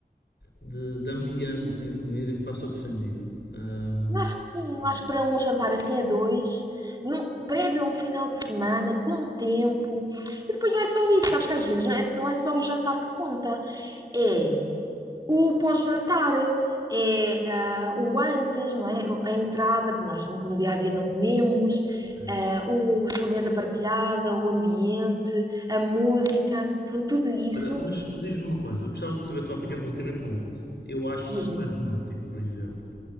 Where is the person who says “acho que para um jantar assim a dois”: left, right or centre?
Right